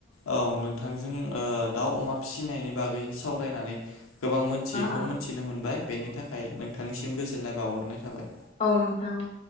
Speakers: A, on the left; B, on the left.
A: औ नोंथांजों दाउ, अमा फिसिनायनि बागै सावरायनानै गोबां मोनथियैखौ
B: ओ
A: मोनथिनो मोनबाय बेनि थाखाय नोंथांनिसिम गोजोननाय बावहरनाय थाबाय
B: औ नोंथां औ